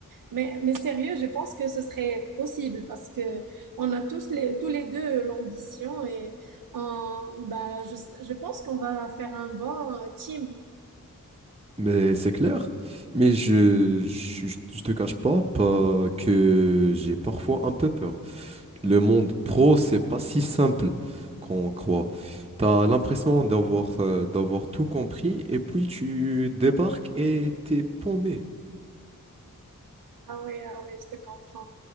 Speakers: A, on the right; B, on the right.
A: Mais, mais sérieux, je pense que ce serait possible parce que on a tous les, tous les deux l'ambition et on- bah, je, je pense qu'on va faire un bon euh, team.
B: Mais c'est clair. Mais je, je, je te cache pas, pas que j'ai parfois un peu peur. Le monde pro, c'est pas si simple qu'on croit. T'as l'impression d'avoir euh, d'avoir tout compris et puis tu débarques et t'es paumé.
A: Ah oui, ah oui, je te comprends.